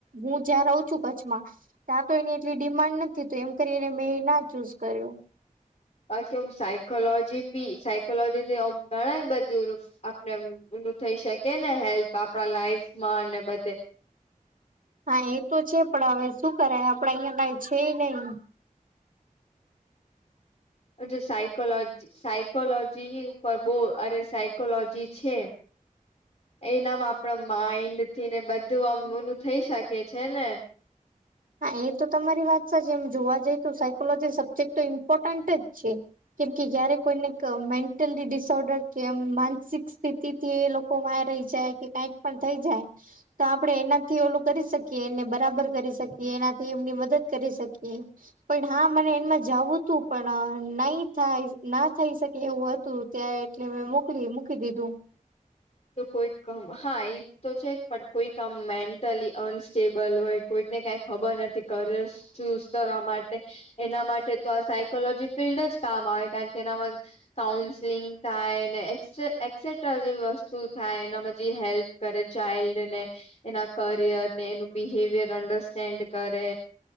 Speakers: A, on the right; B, on the left.
A: હું જ્યાં રહું છુ, કચ્છમા ત્યાં તો એની એટલી ડિમાન્ડ નથી તું એમ કરીને મેં એ ના ચૂઝ કર્યુ
B: બાકી એમ સાયકોલોજી સાયકોલોજી થી આમ ઘણુ બધું આપને ઓલું થઈ શકે ને હેલ્પ આપણા લાઈફમાં અને બધે.
A: હા એ તો છે પણ હવે શું કરાય આપડા અહિયાં કઈ છે નહી.
B: અવે સાયકોલોજી સાયકોલોજી પર બો અરે સાય સાયકોલોજી છે એ નામ આપ માઈન્ડ થી ને બધું આમ નું ઓલુ થઈ શકે છે ને.
A: હા એ તો તમારી વાત સાચી એમ જોવા જઈ તો સાયકોલોજી સબ્જેક્ટ તો ઇમ્પોર્ટન્ટ જ છે. કેમ કે જયારે કોઈને મેન્ટલી ડિસઓર્ડર કે એમ માનસિક સ્થિતિ. થી એ લોકો વાહ રય જાય કે કઈક પણ થઈ જાય. તો આપડે એના થી ઓલું કરી શકીએ એને બરાબર કરી શકીએ. કે એનાથી એમની મદદ કરી શકીએ. પણ હા મને એમાં જવું હતું પણ નહી થાય ના થઈ શકે એવું હતું. ત્યાં એટલે મેં મોકલી મૂકી દીધું.
B: તો કોઈક હા એ તો છે પણ કોઈ આમ મેન્ટલી અનસ્ટેબલ હોય. કોઈકને કઈ ખબર નથી કરિયર ચૂઝ કરવા માટે એના માટે તો આ સાયકોલોજી ફિલ્ડ જ કામ આવે કારણ કે એનામાં કાઉન્સલિંગ થાય ને એક્સેટ્રા જે વસ્તુ વસ્તુ થાય એનામાં જે હેલ્પ કરે ચાઇલ્ડ ને એના કરિયર ને એનું બિહેવિયર અન્ડરસ્ટેન્ડ કરે.